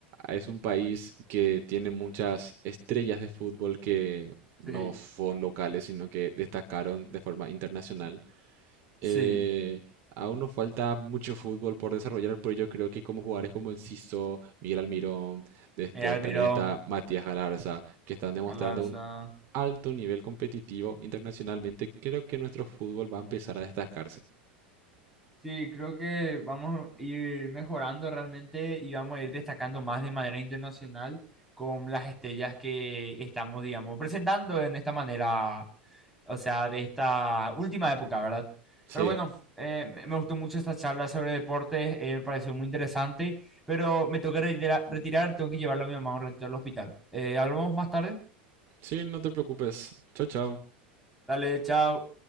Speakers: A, on the right; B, in the centre.
A: es un país que tiene muchas estrellas de fútbol que no
B: Sí,
A: son locales, sino que destacaron de forma internacional,
B: Sí.
A: eh, aún nos falta mucho fútbol por desarrollar, pero yo creo que como jugadores como Enciso, Miguel Almirón, después
B: El Almirón,
A: también está Matías Galarza, que están demostrando
B: Alarza,
A: un alto nivel competitivo internacionalmente, creo que nuestro fútbol va a empezar a destacarse.
B: Sí, creo que vamos a ir mejorando realmente y vamos a ir destacando más de manera internacional con las estrellas que estamos, digamos, presentando en esta manera, o sea, de esta última época, ¿verdad?
A: Sí,
B: Pero bueno, eh, me me gustó mucho esta charla sobre deportes, eh, me pareció muy interesante, pero me tengo que retira- retirar, tengo que llevarlo a mi mamá un ratito al hospital. Eh, ¿hablamos más tarde?
A: sí, no te preocupes. Chao, chao.
B: Dale, chao.